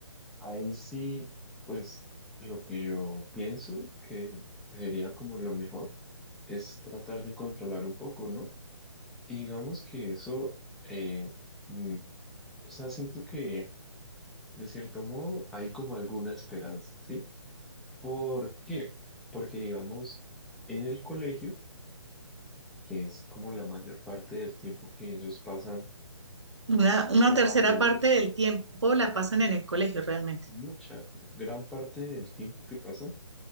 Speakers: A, in the centre; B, on the right.
A: ahí sí, pues lo que yo pienso que sería como lo mejor es tratar de controlar un poco, ¿no? Y digamos que eso... eh, mm, O sea, siento que de cierto modo hay como alguna esperanza, ¿sí? ¿Por qué? Porque digamos, en el colegio, que es como la mayor parte del tiempo que ellos pasan,
B: Una,
A: pues sí,
B: una
A: como
B: tercera
A: aprendiendo,
B: parte del tiempo la pasan
A: eh,
B: en el colegio realmente.
A: mucha, gran parte del tiempo que pasan,